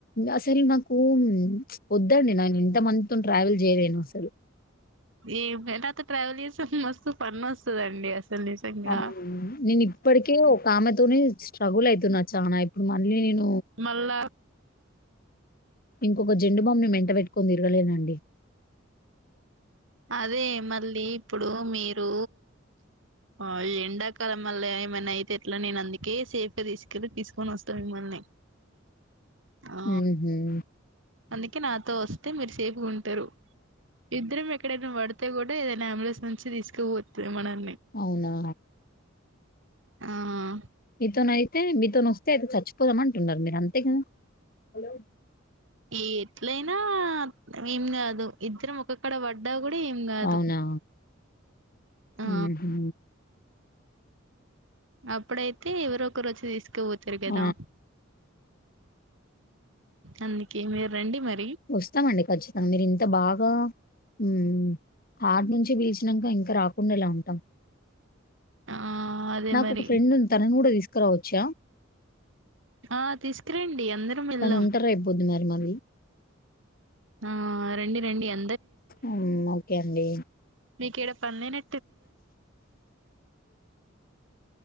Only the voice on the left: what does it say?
అసలు నాకు వొద్దండి నేను ఇంతమందితో ట్రావెల్ చేయలేను అసలు
అవును. నేను ఇప్పటికే ఒక ఆమెతోనే స్ట్రగుల్ అయితున్నా చానా ఇప్పుడు మళ్ళీ నేను
ఇంకొక జెండు బామ్ని మెంట పెట్టుకొని తిరగలేనండి
ఊహుం
అవునా
మీతోనీ అయితే మీతోనీ వస్తే అయితే చచ్చిపోదామ అంటున్నారు మీరంతే కదా
అవునా?
హుహు.
ఆ!
వస్తామండి ఖచ్చితంగా మీరు ఇంత బాగా ఉ ఆటి నుంచి పీలిచినాక ఇంకా రాకుండా ఎ లా ఉంటాం
నాకు
ఒక ఫ్రెండ్ ఉంది తననీ కూడా తీసుకురావ చ్చ
తను ఉంటారు రేపు పొద్దు మరి మళ్ళీ
ఉమ్ ఓకే అండి
<inaudible>